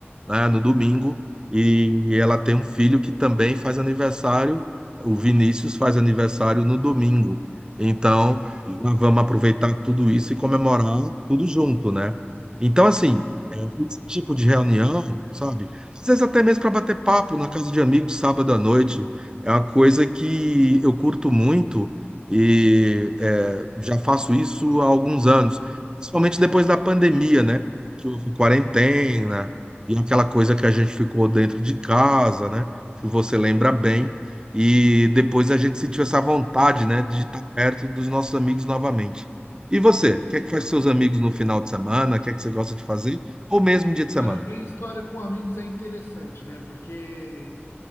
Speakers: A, on the right (about 20°); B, on the left (about 85°).
A: né, no domingo, e ela tem um filho que também faz aniversário, o Vinícius faz aniversário no domingo. Então, nós vamos aproveitar tudo isso e comemorar tudo junto, né? Então, assim, é, esse tipo de reunião, sabe? Às vezes até mesmo para bater papo na casa de amigos sábado à noite, é uma coisa
B: sim.
A: que eu curto muito e é, já faço isso há alguns anos. Principalmente depois da pandemia, né? Que houve quarentena e aquela coisa que a gente ficou dentro de casa, né? Que você lembra bem. E depois a gente sentiu essa vontade, né? De estar perto dos nossos amigos novamente. E você? O que é que faz com seus amigos no final de semana? O que é que você gosta de fazer? Ou mesmo dia de semana?
B: Cara, a minha história com amigos é interessante, né? Porque